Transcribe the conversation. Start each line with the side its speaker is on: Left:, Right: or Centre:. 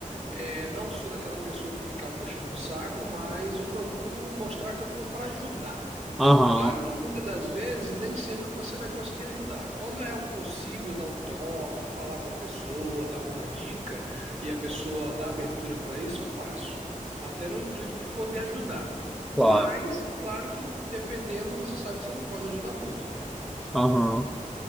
Right: É, não sou daquela pessoa de ficar puxando o saco, mas eu procuro mostrar que eu tô para ajudar.
Centre: aham,
Right: Claro que muitas das vezes nem sempre você vai conseguir ajudar. Quando é possível dar um toque, falar com a pessoa, dar alguma dica e a pessoa dá abertura para isso, eu faço, até no intuito de poder ajudar.
Centre: claro,
Right: Mas, claro que dependendo, você sabe que você não pode ajudar muito, né?
Centre: aham.